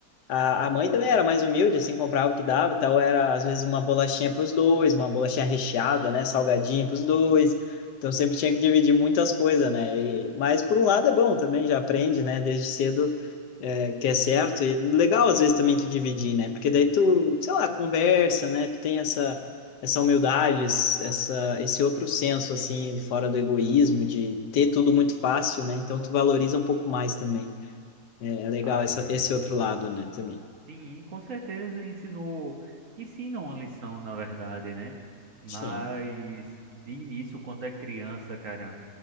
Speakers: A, on the left; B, on the right.
A: A, a mãe também era mais humilde, assim, comprava o que dava e tal. Era, às vezes, uma bolachinha para os dois, uma bolachinha recheada, né? salgadinho para os dois. Então, sempre tinha que dividir muitas coisas, né? E, mas, por um lado, é bom também, já aprende, né? Desde cedo, é, que é certo. E legal, às vezes, também tu dividir, né? Porque daí tu, sei lá, conversa, né? Tu tem essa, essa humildade, es- essa, esse outro senso, assim, fora do egoísmo, de ter tudo muito fácil, né? Então, tu valoriza um pouco mais também. É, é legal
B: Ah,
A: essa,
B: é.
A: esse outro lado, né? Também.
B: Sim, com certeza ensinou. Ensina uma lição, na verdade, né? Mas
A: Sim,
B: de início, quando é criança, cara,